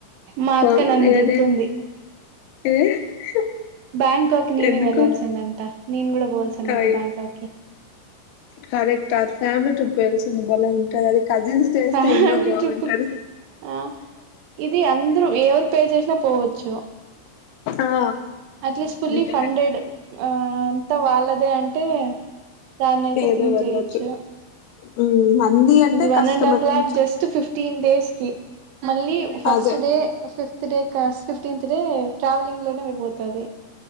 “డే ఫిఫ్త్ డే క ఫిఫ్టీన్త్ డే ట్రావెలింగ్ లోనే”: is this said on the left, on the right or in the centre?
Right